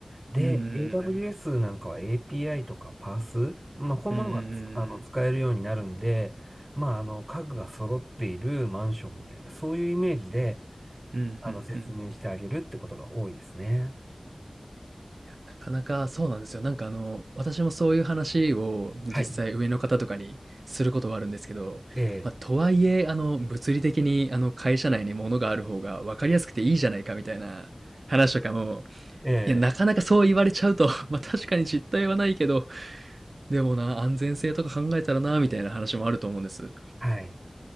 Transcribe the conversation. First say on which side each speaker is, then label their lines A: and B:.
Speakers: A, on the right (about 30°); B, on the right (about 85°).
A: で、
B: うんう
A: AWS
B: ん
A: なんかは API とかパース、まあ、こういうものがつあの使えるようになるんで、
B: うんうん。
A: まあ、あの、家具が揃っているマンションみたいな、そういうイメージで、
B: うんうんうん。
A: あの、説明してあげるってことが多いですね。
B: いや、なかなかそうなんですよ。なんかあの、私もそういう話を実際上の方とかにすることはあるんですけど、
A: はい。ええ、
B: まあ、とはいえ、あの、物理的にあの、会社内に物がある方が分かりやすくていいじゃないかみたいな話とかも、
A: ええ、
B: いや、なかなかそう言われちゃうと、<laughs> ま、確かに実態はないけど、でもな、安全性とか考えたらな、みたいな話もあると思うんです。
A: はい。